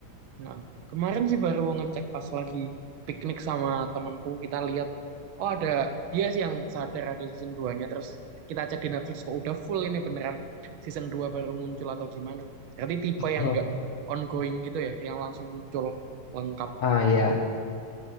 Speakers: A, on the right (about 80°); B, on the left (about 60°).
A: Nah, kemarin sih baru ngecek pas lagi piknik sama temanku kita lihat oh ada dia sih yang sadar ada season 2-nya terus kita cek di Netflix kok udah full ini beneran season 2 baru muncul atau gimana. Berarti tipe yang
B: <laughs>
A: enggak ongoing gitu ya, yang langsung muncul lengkap.
B: Ah ya,